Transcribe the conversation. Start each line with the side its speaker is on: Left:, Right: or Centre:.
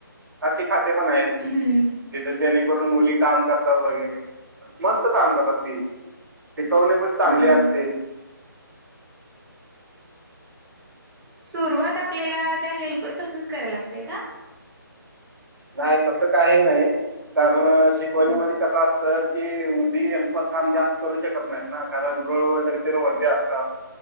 Right: अशी खाते पण आहेत.
Centre: हम्म.
Right: जिथे जेणेकरून मुली काम करतात वगैरे मस्त काम करतात. शिकवणे पण चांगले
Centre: हां,
Right: असते.
Centre: हां. सुरुवात आपल्याला त्या हेल्पर पाासूनच करायला लागते का?
Right: नाही तसं काहीही नाही कारण शिकवणीमध्ये
Centre: हां,
Right: कस असतं. कि मुली हेल्फर काम जास्त करू शकत नाहीत ना कारण रूळ वगैरे वजे असतात.